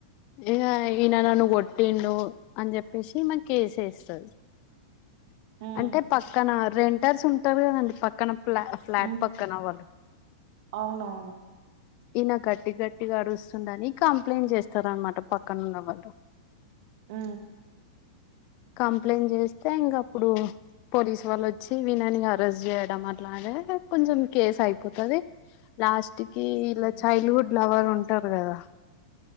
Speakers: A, on the left (about 45°); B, on the right (about 55°).
A: ఇక ఈయన నన్న కొట్టిండు అని చెప్పేసి మకు కేసేస్తుంది
B: ఉమ్
A: అంటే పక్కన రెంటర్స్ ఉంటారు కదండి పక్కన ఫ ఫ్లట్
B: ఉమ్,
A: పక్కన వాల్
B: అవునవును
A: ఈయన గట్టి గట్టిగా అడుస్తుందని కంప్లైంట్ చేస్తార అనమాట పక్కన ఉన్నవాళ్ళు
B: ఉ
A: కంప్లైంట్ చేస్తే ఇంకా అప్పుడు పోలీసు వాళ్ళు వచ్చి విననికి అరెస్ట్ చేయడం అట్లానే కొంచెం కేసు అయిపోతుది. లాస్ట్ కి వీళ్ళ
B: ఉమ్,
A: చైల్డ్ హుడ్ లవర్ ఉంటారు కదా